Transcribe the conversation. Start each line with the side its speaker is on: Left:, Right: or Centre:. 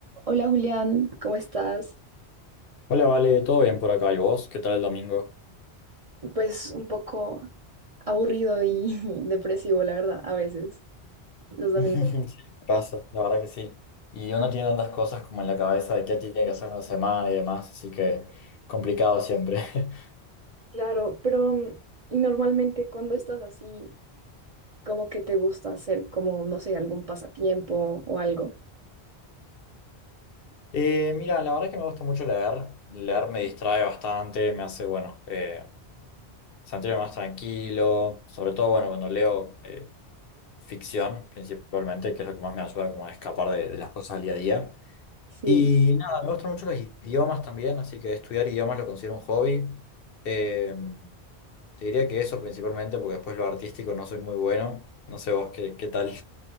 Right: Hola Julián, ¿cómo estás?
Left: Hola, Vale, ¿todo bien por acá? ¿Y vos? ¿Qué tal el domingo?
Right: Pues un poco aburrido y <laughs> depresivo, la verdad, a veces, los domingos.
Left: <laughs> Sí, pasa, la verdad que sí. Y uno tiene tantas cosas como en la cabeza de qué tiene que hacer en la semana y demás, así que complicado siempre. <laughs>
Right: Claro, pero mm, y normalmente cuando estás así, Como que te gusta hacer como, no sé, algún pasatiempo o algo.
Left: Eh, mira, la verdad que me gusta mucho leer. Leer me distrae bastante, me hace, bueno, eh, sentirme más tranquilo, sobre todo, bueno, cuando leo eh, ficción principalmente, que es lo que más me ayuda como a escapar de, de las cosas del día a día.
Right: Sí,
Left: Y nada, me gustan mucho los idiomas también, así que estudiar idiomas lo considero un hobby. Em, Te diría que eso principalmente, porque después lo artístico no soy muy bueno. No sé vos qué, qué tal.